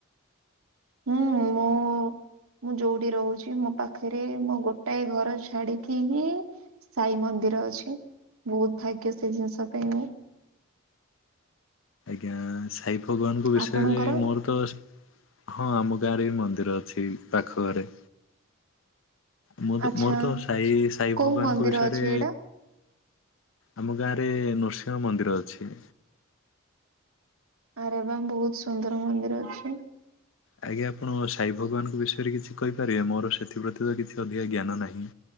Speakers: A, on the right; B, on the left.
A: ହୁଁ ମୁଁ ମୁଁ ଯୋଉଠି ରହୁଛି ମୋ ପାଖରେ ମୋ ଗୋଟାଏ ଘର ଛାଡିକି ହିଁ ସାଇ ମନ୍ଦିର ଅଛି ବହୁତ ଭାଗ୍ୟ ସେ ଜିନିଷ ପାଇଁ ମୁଁ
B: ଆଜ୍ଞା ସାଇ ଭଗବାନଙ୍କ ବିଷୟରେ
A: ଆପଣଙ୍କର
B: ମୋର ତ ହଁ ଆମ ଗାଁରେ ବି ମନ୍ଦିର ଅଛି ପାଖ ଘରେ। ମୁଁ ତ
A: ଆଚ୍ଛା
B: ମୋର ତ ସାଇ ସାଇ
A: କୋଉ
B: ଭଗବାନଙ୍କ
A: ମନ୍ଦିର
B: ବିଷୟରେ
A: ଅଛି ଏଇଟା
B: ଆମ ଗାଁ ରେ ନୃସିଂହ ମନ୍ଦିର ଅଛି।
A: ଆରେ ବା ବହୁତ ସୁନ୍ଦର ମନ୍ଦିର ଅଛି।
B: ଆଜ୍ଞା ଆପଣ ସାଇ ଭଗବାନଙ୍କ ବିଷୟରେ କିଛି କହିପାରିବେ ମୋର ସେଥିପ୍ରତି ତ କିଛି ଅଧିକା ଜ୍ଞାନ ନାହିଁ।